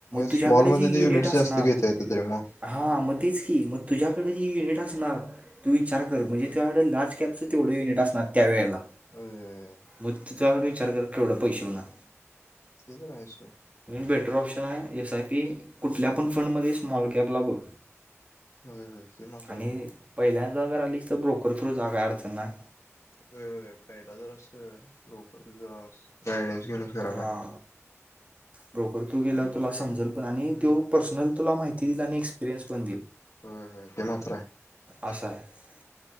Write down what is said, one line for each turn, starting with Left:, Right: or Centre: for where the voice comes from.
Left: स्मॉल
Right: तुझ्याकड
Left: मध्ये
Right: जे युनिट
Left: ते युनिट्स
Right: असणार
Left: जास्त घेता येतात रे मग.
Right: हां मग तेच की, मग तुझ्याकडे जी युनिट असणार तू विचार कर म्हणजे त्याकड, लार्ज कॅपचं तेवढं युनिट असणार त्यावेेळेला
Left: अ अ.
Right: मग तू एवढा विचार कर, केवढं पैसे होनार
Left: ते तर आहेच सोड.
Right: बेटर ऑप्शन हाय एस आय पी कुठल्या पण, फंडमध्ये स्मॉल कॅप ला बघ.
Left: होय होय ते मात्र
Right: आणि
Left: आहे सोड.
Right: पहिल्यांदा जर आलीस, तर ब्रोकर थ्रू जागा हाय अडचण नाय
Left: होय होय पहिला जरा अस ब्रोकर जरा गायडन्स घेऊनच कराय
Right: हां
Left: पाय
Right: ब्रोकर थ्रू गेल्यावर
Left: नंतर
Right: तुला
Left: काय
Right: समजल,
Left: हम्म
Right: पण आणि तो पर्सनल तुला माहिती दिल आणि एक्सपिरिय्स पण दिल
Left: व्हय व्हय ते मात्र हाय
Right: असा आहे